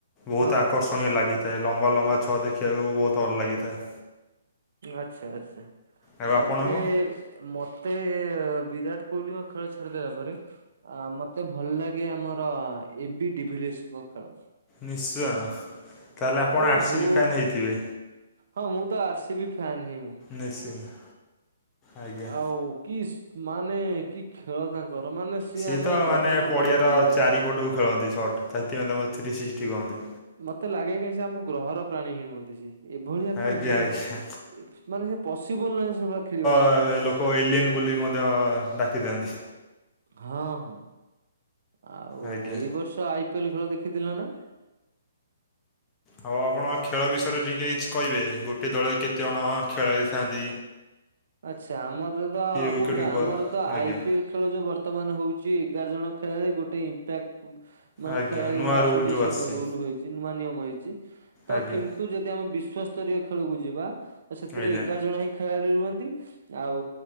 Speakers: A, on the left (about 20°); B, on the right (about 65°).
A: ବହୁତ୍
B: ହଁ
A: ଆକର୍ଷଣୀୟ ଲାଗିଥାଏ ଲମ୍ବା ଲମ୍ବା ଛ ଦେଖିବାକୁ ବହୁତ୍ ଭଲ ଲାଗିଥାଏ।
B: ଆଚ୍ଛା ଆଚ୍ଛା
A: ଆଉ
B: ମତେ
A: ଆପଣଙ୍କୁ?
B: ମତେ ବିରାଟ କୋହିଲିଙ୍କ ଖେଳ ଛାଡିଦେଲା ପରେ ଆ ମତେ ଭଲ ଲାଗେ ଆମର ଏ ବି ଡିଭିଲେସ ଙ୍କ ଖେଳ।
A: ନିଶ୍ଚୟ। ତାହେଲେ ଆପଣ
B: ଓହୋ
A: ଆର୍ ସି ବି ଫ୍ୟାନ୍ ହେଇଥିବେ
B: ହଁ ମୁଁ ତ ଆର୍ ସି ବି ଫ୍ୟାନ୍ ହିଁ ମୁଁ।
A: ନିଶ୍ଚିନ୍ତ। ଆଜ୍ଞା।
B: ଆଉ କିସ୍ ମାନେ କି ଖେଳ ତାଙ୍କର ମାନେ।
A: ସିଏ
B: ଆମେ
A: ତ
B: ଗ୍ରହର
A: ମାନେ ପଡ଼ିଆର
B: ପ୍ରାଣୀ
A: ଚାରିପଟକୁ
B: ଲାଗେ ମତେ।
A: ଖେଳନ୍ତି ସଟ୍ ସେଥିପାଇଁ ତାଙ୍କୁ ଥ୍ରୀ ଶିକ୍ଟି କହନ୍ତି।
B: ମତ ଲାଗେ କାହିଁ ସେ ଆମ ଗ୍ରହର ପ୍ରାଣୀ ହିଁ ନୁହଁନ୍ତି ସେ। ଏଭଳିଆ
A: ଆଜ୍ଞା
B: ଖେଳ ମାନେ
A: ଆଜ୍ଞା
B: ଏ ମାନେ ସେ ପସିପୁଲ ନୁହେଁ ସେଭଳିଆ ଖେଳିବା ତା
A: <unintelligible> ଲୋକ ଏଲିଇନ ବୋଲି ମଧ୍ୟ ଡାକିଥାନ୍ତି।
B: ହଁ ହଁ, ଆଉ
A: ଆଜ୍ଞା।
B: ଏଇ ବର୍ଷ ଆଇ ପିଏଲ୍ ଖେଳ ଦେଖିଥିଲ ନା?
A: ହଉ ଆପଣ ଖେଳ ବିଷୟରେ ଟିକେ କିଛି କହିବେ ଗୋଟେ ଦଳ କେତେଜଣ ଖେଳାଳି ଥାନ୍ତି?
B: ଆଚ୍ଛା, ଆମର ତ
A: ୱିକେଟ୍
B: କୋଉଟା
A: କିପର୍
B: ଆମର ତ
A: ଆଜ୍ଞା
B: ଆଇ ପିଏଲ୍ ଖେଳ ଯୋଉ ବର୍ତ୍ତମାନ ହଉଛି ଏଗାର ଜଣ ଖେଳାଳି ଗୋଟେ ଇପ୍ୟାକ୍। ମାନେ
A: ଆଜ୍ଞା
B: ଖେଳାଳି
A: ନୂଆ
B: ଗୁଡା ଆସୁଛି
A: ରୁଲ୍ ଯେଉଁ
B: ସେ
A: ଆସିଛି।
B: ନୂଆ ରୁଲ ହେଇଛି ନୂଆ ନିୟମ ହେଇଛି ତ
A: ଆଜ୍ଞା
B: କିନ୍ତୁ, ଯଦି ଆମ ବିଶ୍ଵ ସ୍ତରୀୟ ଖେଳକୁ ଯିବା ତ ସେଥିରେ
A: ଆଜ୍ଞା
B: ଏଗାର ଜଣ ହିଁ ଖେଳାଳି ରୁହ ଆଉ